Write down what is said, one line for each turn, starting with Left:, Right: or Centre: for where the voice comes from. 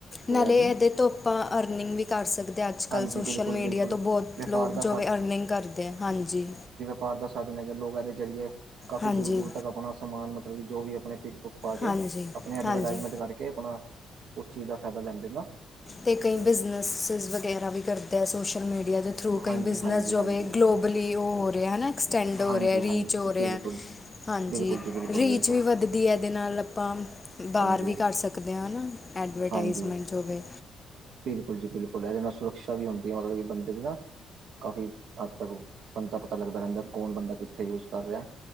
Right: ਹੋਇਆ
Left: ਨਾਲੇ ਇਹਦੇ ਤੋਂ ਆਪਾਂ ਅਰਨਿਗ ਵੀ ਕਰ ਸਕਦੇ ਹਾਂ ਅੱਜ ਕੱਲ੍ਹ
Right: ਹਾਂਜੀ
Left: ਸੋਸ਼ਲ
Right: ਬਿਲਕੁਲ
Left: ਮੀਡੀਆ
Right: ਬਿਲਕੁਲ
Left: ਤੋਂ ਬਹੁਤ।
Right: ਵਪਾਰ
Left: ਲੋਕ
Right: ਦਾ
Left: ਜੋ ਵੀ ਅਰਨਿੰਗ ਕਰਦੇ ਹੈ ਹਾਂਜੀ।
Right: ਬਾਰ ਦਾ ਸਾਧਨ ਹੈਗਾ ਲੋਗਾ ਇਹਦੇ ਜ਼ਰੀਏ ਕਾਫੀ
Left: ਹਾਂਜੀ
Right: ਦੂਰ ਦੂਰ ਤੱਕ ਆਪਣਾ ਸਮਾਨ ਮਤਲਬ ਜੋ ਵੀ ਆਪਣੇ ਪ ਪਾ ਕੇ
Left: ਹਾਂਜੀ
Right: ਆਪਣੀ ਐਡਵਰਟਾਈਜ਼ਮੈਂਟ
Left: ਹਾਂਜੀ
Right: ਕਰਕੇ ਆਪਣਾ ਉਸ ਚੀਜ਼ ਦਾ ਫਾਇਦਾ ਲੈਂਦੇ ਨਾ।
Left: ਤੇ ਕਈ ਬਿਜਨਸ ਵਗਰਾ ਵੀ ਕਰਦੇ ਆ ਸੋਸ਼ਲ ਮੀਡੀਆ ਦੇ ਥਰੂ ਕਈ
Right: ਹਾਂਜੀ
Left: ਬਿਜ਼ਨਸ
Right: ਹਾਂਜੀ
Left: ਜੋ
Right: ਹਾਂਜੀ
Left: ਹੋਵੇ ਗਲੋਬਲੀ ਉਹ ਹੋ ਰਿਹਾ ਹੈ ਨਾ ਐਕਸਟੈਂਡ ਹੋ
Right: ਹਾਂਜੀ
Left: ਰਿਹਾ ਰੀਚ
Right: ਹਾਂਜੀ
Left: ਹੋ ਰਿਹਾ।
Right: ਬਿਲਕੁਲ
Left: ਹਾਂਜੀ
Right: ਬਿਲਕੁਲ ਜੀ ਬਿਲਕੁਲ
Left: ਰੀਚ
Right: ਬਿਲਕੁਲ
Left: ਵੀ ਵੱਧਦੀ ਹੈ ਇਹਦੇ ਨਾਲ ਆਪਾਂ ਬਾਹਰ
Right: ਹਾਂਜੀ
Left: ਵੀ ਕਰ ਸਕ ਕਦੇ ਆ ਨਾ ਐਡਵਰਟਾਈਜ਼ਮੈਂਟ
Right: ਹਾਂਜੀ
Left: ਹੋਵੇ।
Right: ਬਿਲਕੁਲ ਜੀ ਬਿਲਕੁਲ ਇਹਦੇ ਨਾਲ ਸੁਰਕ੍ਸ਼ਾ ਵੀ ਹੁੰਦੀ ਹੈ ਮਤਲਬ ਕਿ ਬੰਦੇ ਦੀ ਨਾ ਕਾਫ਼ੀ ਹੱਦ ਤੱਕ ਬੰਦਾ ਪਤਾ ਲੱਗਦਾ ਰਹਿੰਦਾ ਕੌਣ ਬੰਦਾ ਕਿੱਥੇ ਯੂਜ ਕਰ ਰਿਹਾ।